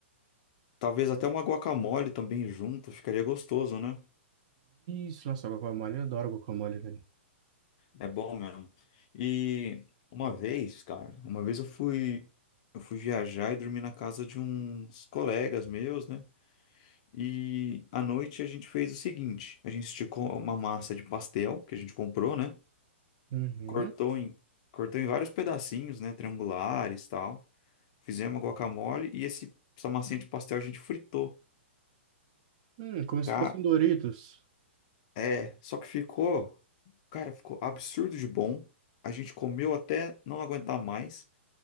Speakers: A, on the left; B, on the right.
A: Talvez até uma guacamole também junto, ficaria gostoso, né?
B: Isso, nossa, guacamole, eu adoro guacamole, velho.
A: É bom mesmo. E uma vez, cara, uma vez eu fui, eu fui viajar e dormi na casa de uns colegas meus, né? E à noite a gente fez o seguinte, a gente esticou uma massa de pastel que a gente comprou, né?
B: Uhum.
A: Cortou em, cortou em vários pedacinhos, né? Triangulares, e tal. Fizemos uma guacamole e esse, essa massinha de pastel a gente fritou.
B: Hum, como
A: Ca-
B: se fosse um Doritos.
A: É, só que ficou, cara, ficou absurdo de bom. A gente comeu até não aguentar mais